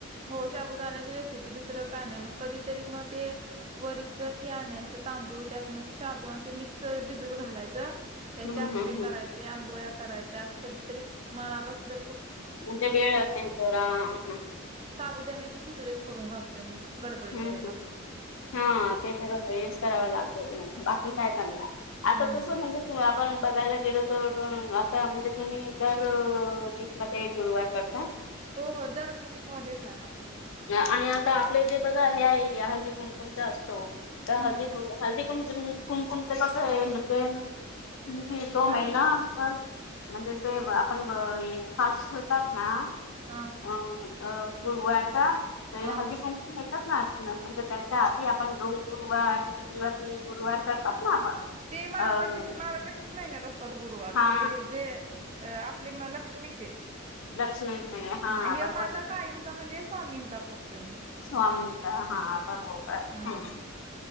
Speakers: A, on the right; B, on the left.
A: हो शाबूदानाची रेसिपी दुसरं काय नाही मग कधीतरी मग ते वरीच हे आणायचं तांदूळ त्यात म ते शाबू आणि ते मिक्स भिजत घालायचं. त्याचे
B: हम्म
A: अप्पे
B: हम्म हम्म
A: करायचे आंबोळ्या करायच्या अस कधीतरी मनात असल
B: म्हणजे बेळ असेल तर हा हां
A: साबुदाण्याची खिचडी करून घालतोय मग <unintelligible>
B: हम्म
A: याला
B: हम्म हा ते तर हेच करावं लागतं बाकी काय करणार आता
A: हम्म
B: तस म्हणजे आपण बघायला गेलो तर, आता म्हणजे तुम्ही दर वीक मध्ये गुरुवार करता?
A: हो हो दर वीक मध्येच आहे माझा.
B: आणि आता आपले इथे बघा हे आहे हळदी कुमकुमचा असतो तर
A: हम्म
B: हळदीु हळदी कुमुम कुमकुमच कसं आहे म्हणजे जे तो
A: काय
B: महिना
A: म्हणला
B: म्हणजे ते आपण फास्ट ठेवतात ना
A: हा
B: ह गुरुवार का <unintelligible> येतात
A: हा
B: ना म्हणजे त्याच्या आधी आपण दोन गुरुवार किंवा तीन गुरुवार करतात ना आपण.
A: ते मार्गशी
B: अ
A: मार्गशिष महिन्यात असतात गुरुवार
B: हा
A: ते हे जे अ आपले म लक्ष्मीचे
B: लक्ष्मीचे हा
A: हं, हे
B: बरोबर.
A: माझा कायमचा म्हणजे स्वामींचा करतोय मी.
B: स्वामीचा हा बरोबर
A: हम्म
B: हम.